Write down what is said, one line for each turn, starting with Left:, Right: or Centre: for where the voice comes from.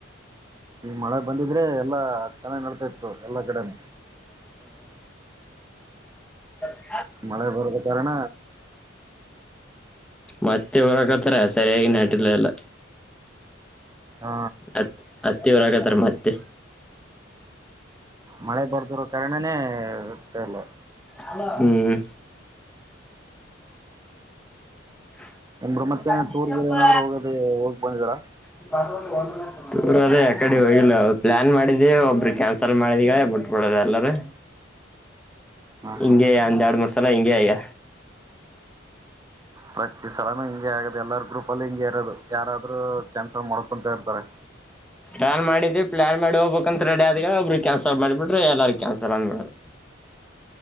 Right: ಮಳೆ ಬಂದಿದ್ರೆ ಎಲ್ಲಾ ಚೆನ್ನಾಗ್ ನಡಿತಾ ಇತ್ತು ಎಲ್ಲಾ ಕಡೆನೂ.
Centre: ಹಾಂ
Right: ಮಳೆ ಬರದ ಕಾರಣ
Centre: ಮತ್ತೆ ಹೊರಕತ್ತಾರ ಸರಿಯಾಗಿ ನಾಟಿಲ್ಲ ಎಲ್ಲ.
Right: ಹ
Centre: ಅತ್ ಹತ್ತಿ ಹುಳಾಕತ್ತಾರ ಮತ್ತೆ.
Right: ಮಳೆ ಬರ್ದಿರೋ ಕಾರಣನೇ ಉತ್ತಾ ಇಲ್ಲ.
Centre: ಹಲೋ ಹ್ಮ್ <unintelligible>
Right: ಏನ್ ಬ್ರೋ ಮತ್ತೆ
Centre: ಚಿಕ್ಕಪ್ಪ
Right: ಟೂರ್ಗೆ ಏನಾದ್ರು
Centre: <unintelligible>
Right: ಹೋಗೋದು ಹೋಗ್ ಬಂದಿದೀರಾ
Centre: <unintelligible> ಯಾ ಕಡೆ ಹೋಗಿಲ್ಲ ಅವ್ರ್ ಪ್ಲಾನ್ ಮಾಡಿದ್ದೇ ಒಬ್ರು ಕ್ಯಾನ್ಸಲ್ ಮಾಡಿದಗ <unintelligible> ಅಲ್ಲಾ ರೀ.
Right: ಹಾ
Centre: ಹಿಂಗೆ
Right: ಹಾ
Centre: ಒಂದ್ ಎರ್ಡ್ ಮೂರ್ಸಲ ಹಿಂಗೆ ಆಯ್ಯ
Right: ಪ್ರತಿ ಸಲಾನು ಹಿಂಗೆ ಆಗದು ಎಲ್ಲಾರ ಗ್ರೂಪಲ್ಲು ಹಿಂಗೆ ಇರೋದು ಯಾರಾದ್ರು ಕ್ಯಾನ್ಸಲ್ ಮಾಡ್ಕೊಂತ ಇರ್ತಾರೆ.
Centre: ಪ್ಲಾನ್ ಮಾಡಿದ್ದೆ ಪ್ಲಾನ್ ಮಾಡಿ ಹೋಬೇಕಂತ್ ರೆಡಿ ಆದಾಗ ಒಬ್ರು ಕ್ಯಾನ್ಸಲ್ ಮಾಡಿಬಿಟ್ರೆ ಎಲ್ಲಾರು ಕ್ಯಾನ್ಸಲ್ ಅನ್ ಮಾಡುದು.